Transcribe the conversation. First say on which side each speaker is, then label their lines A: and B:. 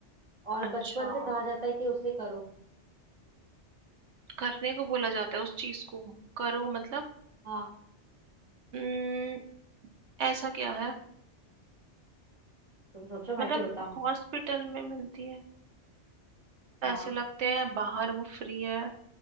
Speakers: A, on the right (about 30°); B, on the right (about 75°).
A: और
B: अच्छा
A: बचपन से कहा जाता है कि उसे करो
B: करने को बोला जाता है उस चीज को करो मतलब
A: हाँ
B: हम्म ऐसा क्या है
A: तुम सोचो मैं
B: मतलब
A: क्यों बताऊं
B: हॉस्पिटल में मिलती है पैसे
A: हाँ
B: लगते हैं बाहर वो फ्री है